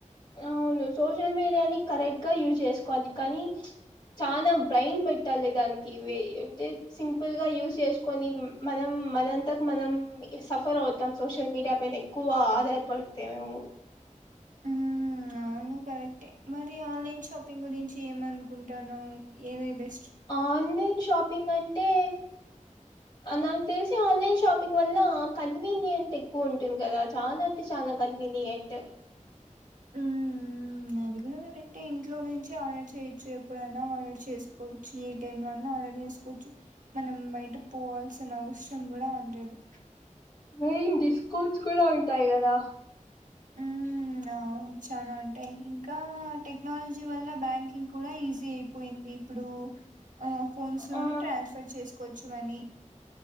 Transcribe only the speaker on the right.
మ్మ్ అవును కరెక్టే మరి ఆన్లైన్ షాపింగ్ గురించి ఏమనుకుంటాన్నావ్ ఏది బెస్
మ్మ్ అది కూడ కరెక్టే ఇంట్లో నుంచి ఆర్డర్ చేయొచ్చు ఎప్పుడన్నా ఆర్డర్ చేసుకోవచ్చు ఏ టైమ్ లో అన్నా ఆర్డర్ చేసుకోవచ్చు. మనం బయట పోవాల్సిన అవసరం కూడా ఉండదు.
మ్మ్ అవును చానా ఉంటాయి ఇంకా టెక్నాలజీ వల్ల బ్యాంకింగ్ కూడా ఈజీ అయిపోయింది ఇప్పుడు ఆ ఫోన్స్లోనే
ట్రాన్స్ఫర్ చేసుకోవచ్చు మని